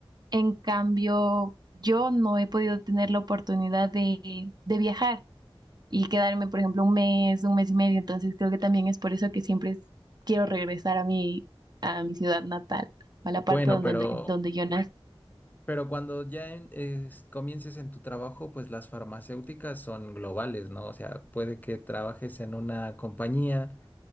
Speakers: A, on the right; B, on the left.
A: En cambio, yo no he podido tener la oportunidad de, de viajar. y quedarme, por ejemplo, un mes, un mes y medio. Entonces creo que también es por eso que siempre es- quiero regresar a mi, a mi ciudad natal, a la parte
B: Bueno,
A: donde,
B: pero,
A: donde yo nací
B: pero cuando ya en- es- comiences en tu trabajo, pues las farmacéuticas son globales, ¿no? O sea, puede que trabajes en una compañía